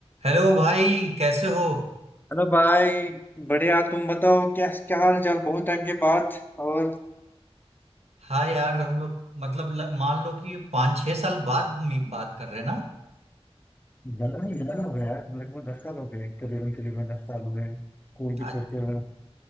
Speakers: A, on the right; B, on the left.
A: हेलो भाई कैसे हो
B: हेलो भाई बढ़िया तुम बताओ क्या क्या हाल चाल बहुत टाइम के बाद और
A: हाँ यार हम लोग मतलब ल, मान लो कि पाँच छः साल बाद मी- बात कर रहे हैं ना
B: जलन ही जलन हो गया यार लगभग दस साल हो गए करीबन करीबन दस साल हो गए स्कूल
A: आ-
B: भी छोड़ते हुए